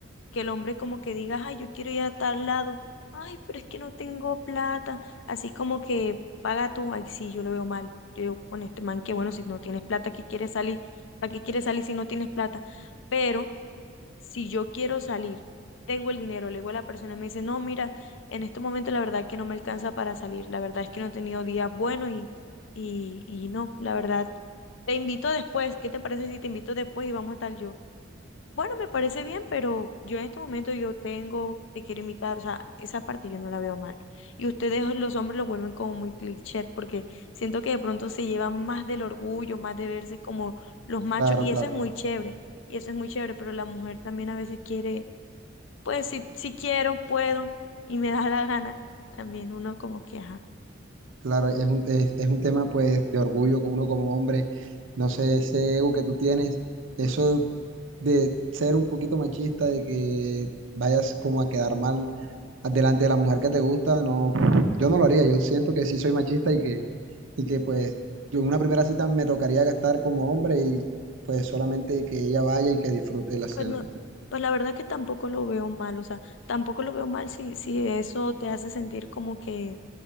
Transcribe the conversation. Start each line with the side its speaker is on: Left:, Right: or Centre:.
Left: que el hombre como que diga, ay, yo quiero ir a tal lado, ay, pero es que no tengo plata, así como que paga tú, ay, sí, yo lo veo mal. Yo digo, con este man, que bueno, si no tienes plata, ¿qué quieres salir? ¿Para qué quieres salir si no tienes plata? Pero si yo quiero salir, tengo el dinero, le digo a la persona y me dice, no, mira, en este momento la verdad es que no me alcanza para salir, la verdad es que no he tenido días buenos y, y, y no, la verdad, te invito después, ¿qué te parece si te invito después y vamos a tal yo? Bueno, me parece bien, pero yo en este momento yo tengo, te quiero invitar, o sea, esa parte yo no la veo mal. Y ustedes, los hombres, lo vuelven como muy cliché, porque siento que de pronto se llevan más del orgullo, más de verse como los machos,
Right: Claro,
Left: y
Right: claro,
Left: eso es muy chévere, y eso es muy chévere, pero la mujer también a veces quiere, pues si, si quiero, puedo, y me da la gana, también uno como que, ajá,
Right: claro, es un, es, es un tema pues de orgullo con uno como hombre, no sé, ese ego que tú tienes, eso de ser un poquito machista, de que vayas como a quedar mal delante de la mujer que te gusta, no, yo no lo haría, yo siento que sí soy machista y que, y que pues yo en una primera cita me tocaría gastar como hombre y pues solamente que ella vaya y que disfrute la cena.
Left: pues no, pues la verdad que tampoco lo veo mal, o sea, tampoco lo veo mal si, si eso te hace sentir como que